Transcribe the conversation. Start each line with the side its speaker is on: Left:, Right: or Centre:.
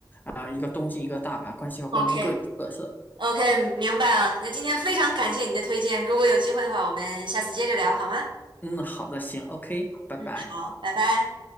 Left: 啊、呃一个东京，一个大阪，关西和关东各有特色。
Right: ？OK，OK，明白了。那今天非常感谢你的推荐，如果有机会的话，我们下次接着聊好吗？
Left: 嗯，好的，行，OK，拜拜。
Right: 嗯，好，拜拜。